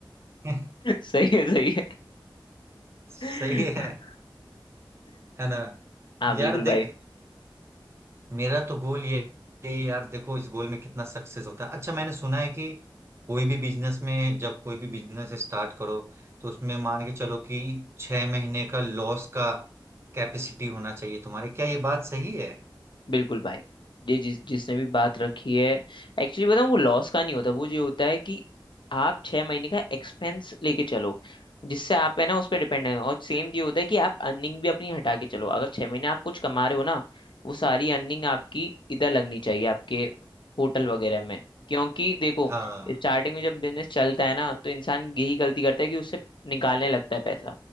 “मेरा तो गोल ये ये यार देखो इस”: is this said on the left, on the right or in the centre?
Right